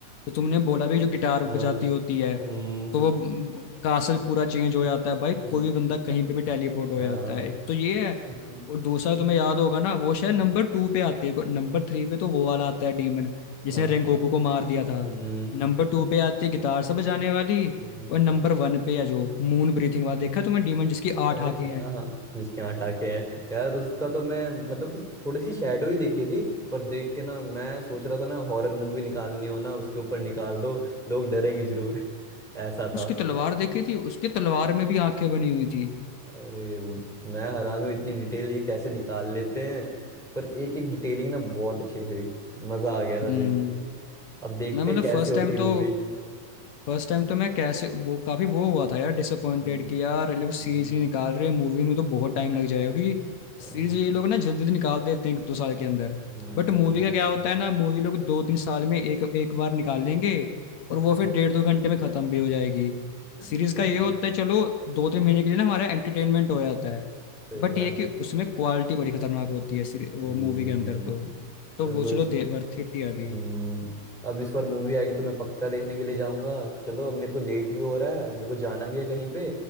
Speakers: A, on the left; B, in the centre.
A: जो तुमने बोला भी जो गिटार
B: हाँ
A: बजाती होती है
B: हम्म
A: तो वो कासल पूरा चेंज हो जाता है भाई
B: हम्म,
A: कोई भी बंदा कहीं पे भी टेलीपोर्ट हो
B: हाँ
A: जाता है एक तो ये है
B: हम्म,
A: और दूसरा तुम्हें याद होगा ना वो शायद नंबर टू पे आती है नंबर थ्री पे तो वो वाला आता है डीमन जिसने
B: हाँ
A: रेंगोकू को मार दिया था
B: हम्म,
A: नंबर टू पे आती है गिटार से बजाने वाली
B: हम्म।
A: और नंबर वन पे है जो मून ब्रीथिंग वाला देखा तुमने डीमन जिसकी
B: अरे
A: आठ आंखें हैं
B: हाँ जिसके यहाँ टाके हैं यार उसका तो मैं मतलब कि थोड़ी सी शेडो ही देखी थी पर देख के ना मैं सोच रहा था ना हॉरर मूवी निकालनी हो ना उसके ऊपर निकाल दो लोग डरेंगे जरूर <laughs> ऐसा था
A: उसकी तलवार देखी थी उसकी तलवार में भी आंखें बनी हुई थी
B: अरे म- मैं हैरान हूँ इतनी डिटेल ये कैसे निकाल लेते हैं पर एक एक डिटेलिंग ना बहुत अच्छी थी मजा आ गया था
A: हम्म
B: देख के अब देखते
A: मैं मतलब
B: कैसी
A: फर्स्ट
B: होती
A: टाइम
B: है
A: तो
B: मूवी
A: फर्स्ट टाइम तो मैं कैसे वो काफी वो हुआ था यार डिसअपॉइंटेड
B: हम्म
A: कि यार ये लोग सीरीज
B: हम्म,
A: नहीं निकाल रहे मूवी में तो बहुत टाइम लग जाएगा क्योंकि
B: हाँ,
A: सीरीज ये लोग ना जल्दी जल्दी निकाल देते हैं एक दो साल के अंदर
B: हम्म,
A: बट मूवी का क्या होता है ना मूवी लोग दो तीन साल में एक एक बार निकाल लेंगे
B: हाँ,
A: और वो फिर
B: हाँ,
A: डेढ़ दो घंटे में खत्म भी
B: <laughs>
A: हो जाएगी सीरीज
B: सही
A: का ये होता
B: बात
A: है चलो दो तीन महीने के लिए ना हमारा एंटरटेनमेंट हो जाता है
B: सही
A: बट
B: बात
A: ये है कि उसमें क्वालिटी बड़ी खतरनाक होती है सीरी- वो
B: हम्म,
A: मूवी के अंदर तो
B: चलो
A: तो वो चलो
B: इस
A: दे वर्थ इट ही है
B: हम्म,
A: अभी
B: अब इस बार मूवी आएगी तो मैं पक्का देखने के लिए जाऊंगा चलो अब मेरे को लेट भी हो रहा है मेरे को जाना भी है कहीं पे